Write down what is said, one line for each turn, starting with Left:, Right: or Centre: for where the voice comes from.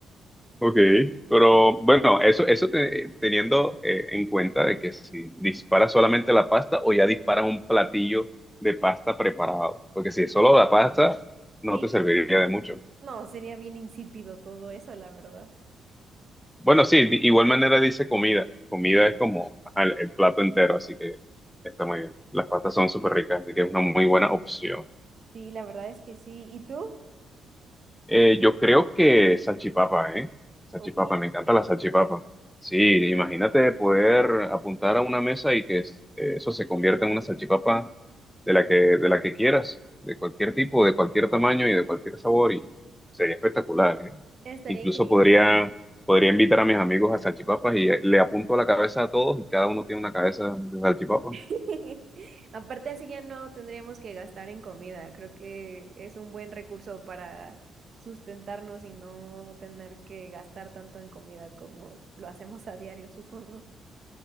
Centre: ok, pero bueno, eso, eso te- teniendo eh, en cuenta de que si disparas solamente la pasta o ya disparas un platillo de pasta preparado, porque si es solo la pasta, no
Right: Sí,
Centre: te serviría de mucho.
Right: no, sería bien insípido todo eso, la verdad.
Centre: Bueno, sí, de igual manera dice comida. Comida es como ajá, el, el plato entero, así que está muy bien. Las pastas son súper ricas, así que es una muy buena opción.
Right: Sí, la verdad es que sí. ¿Y tú?
Centre: Eh, yo creo que salchipapa, ¿eh? Salchipapa,
Right: Ok,
Centre: me encanta la salchipapa. Sí, imagínate poder apuntar a una mesa y que es- eh, eso se convierta en una salchipapa de la que, de la que quieras, de cualquier tipo, de cualquier tamaño y de cualquier sabor, y sería espectacular, ¿eh?
Right: estaría
Centre: Incluso
Right: increíble.
Centre: podría, podría invitar a mis amigos a salchipapas y eh, le apunto a la cabeza a todos y cada uno tiene una cabeza de salchipapa.
Right: <laughs> Aparte así ya no tendríamos que gastar en comida. Creo que es un buen recurso para sustentarnos y no tener que gastar tanto en comida como lo hacemos a diario, supongo.